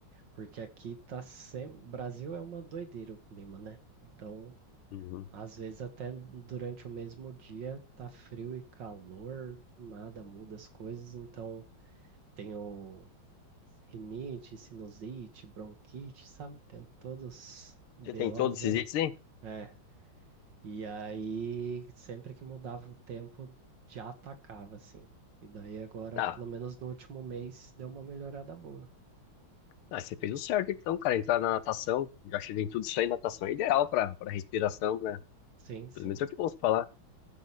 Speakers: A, on the right (about 60°); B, on the left (about 85°).
A: porque aqui tá sempre. Brasil é uma doideira o clima, né? Então,
B: Uhum.
A: Às vezes até durante o mesmo dia tá frio e calor, do nada muda as coisas, então tenho rinite, sinusite, bronquite, sabe? Tenho todos os
B: Você
A: BOs
B: tem todos esses
A: aí.
B: itens, hein?
A: É. E aí, sempre que mudava o tempo, já atacava, assim. E daí agora,
B: Ah,
A: pelo menos no último mês, deu uma melhorada boa.
B: ah, você fez o certo então, cara. Entrar na natação, já cheguei em tudo isso aí, natação é ideal pra, pra respiração, né?
A: Sim, sim,
B: Pelo menos é o que eu ouço falar.